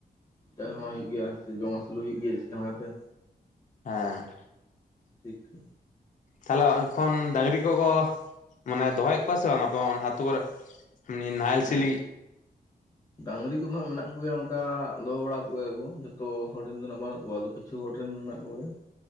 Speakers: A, on the left; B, on the left.
A: ᱪᱟᱥ ᱢᱟ ᱦᱩᱭᱩᱜ ᱜᱮᱭᱟ ᱥᱮ ᱡᱚᱢ ᱟᱹᱥᱩᱞᱩ ᱦᱩᱭᱩᱜ ᱜᱮᱭᱟ ᱡᱟᱦᱟ ᱞᱮᱠᱟᱛᱮ᱾
B: ᱦᱮᱸ
A: ᱴᱷᱤᱠ ᱴᱷᱤᱠ
B: ᱛᱟᱦᱚᱞᱮ ᱮᱠᱷᱚᱱ ᱰᱟᱹᱝᱨᱤ ᱠᱚᱠᱚ ᱢᱟᱱᱮ ᱫᱚᱦᱚᱭᱮᱫ ᱠᱚᱣᱟ ᱥᱮ ᱵᱟᱝ ᱟᱯᱮ ᱚᱱᱟ ᱟᱹᱛᱩ ᱠᱚᱨᱮᱫ? ᱦᱮ ᱱᱟᱦᱮᱞ
A: ᱦᱮᱸ
B: ᱥᱤ ᱞᱟᱹᱜᱤᱫ
A: ᱰᱟᱝᱨᱤ ᱠᱚᱫᱚ ᱦᱟᱜ ᱢᱮᱱᱟᱜ ᱠᱚ ᱜᱮᱭᱟ ᱚᱱᱠᱟ ᱫᱚᱦᱚ ᱵᱟᱲᱟ ᱠᱚᱜᱮᱭᱟ ᱠᱚ ᱡᱚᱛᱚ ᱦᱚᱲ ᱨᱮᱱ ᱫᱚ ᱦᱟᱸᱜ ᱵᱟᱹᱱᱩᱜ ᱠᱚᱣᱟ ᱟᱫᱚ ᱠᱤᱪᱷᱩ ᱦᱚᱲ ᱨᱮᱱ ᱢᱮᱱᱟᱜ ᱠᱚ ᱜᱮᱭᱟ᱾